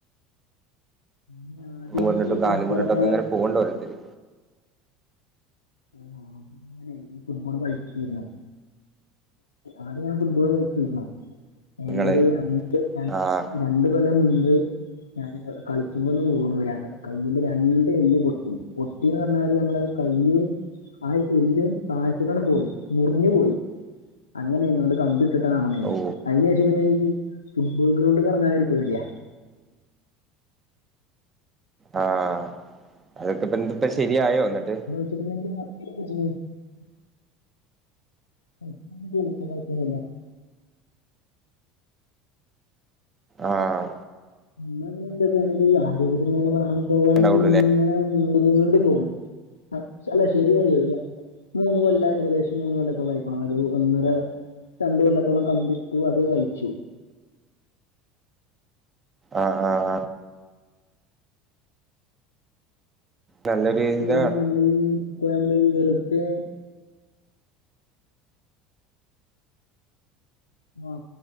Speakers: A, on the left (about 90°); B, on the right (about 25°).
A: ഈ
B: <unintelligible>
A: ആദ്യം ഈ
B: കാൽ
A: ഫുട്ബോളൊക്കെ
B: മുറിഞ് ട്ടൊക്കെങ്ങനെ പോക് ണ്ട് ഓരോരുത്തര്
A: ആഹ് ഈ ഫുട്ബോള് കളിച്ചിരുന്നോ ആദ്യം ഞാൻ ഫുട്ബോൾ കളിച്ചിരിന്നു <unintelligible>
B: നിങ്ങള് ആഹ്
A: രണ്ടു കൊല്ലം മുമ്പ്ഞാന് കളിക്കുമ്പോന്ന് വിണു രണ്ട് കയ്യിന്റെ രണ്ട് എല്ല് പൊട്ടി പൊട്ടിന്ന് പറഞ്ഞാല് നമ്മള കൈയ് ആ എല്ല് തായ്ത് ക്ക് പോയി മുറിഞ്ഞു പോയി അങ്ങനെയന് ണ്ട് കമ്പി ട്ടിട്ടാ നടന്നീനേ
B: ഓ
A: ഐന്റെശം പിന്നെ ഈ ഫുട്ബോൾ ഗ്രൗണ്ട്ക് ഇറങ്ങാനൊരു പേടിയാ
B: ആഹ അതൊക്കെപ്പ എന്തപ്പ ശരിയായോ എന്നിട്ട്
A: <unintelligible> <unintelligible>
B: ആഹ
A: എന്നാ പിന്നെ എന്തൊക്കെയ നമക്ക് ഈ ആരോഗ്യത്തിന് ഇങ്ങനെ പറഞ് പോകുകയാണെങ്കിലും
B: ഉണ്ടാവുള്ളൂല്ലേ
A: ഇങ്ങനെ നീ ണ്ടു നീണ്ടുപോകും ആ അ ല ശരിയായി വരി മൂന്ന് കൊല്ലം ഏകദേശം മൂന്ന് കൊല്ലത്തോള ഇപ്പൊ ആ ഒരു ഒന്നര രണ്ട്കൊല്ലത്തോളം കമ്പിട്ട് അത് അയച്ചു
B: ആഹ ആഹ നല്ലൊരു
A: അന്നൊക്കെ
B: ഇതാ
A: ഇരുന്നു നമ്മളീഈ ഇപ്പോ നമ്മള്ഈ വെറുതെ ഉ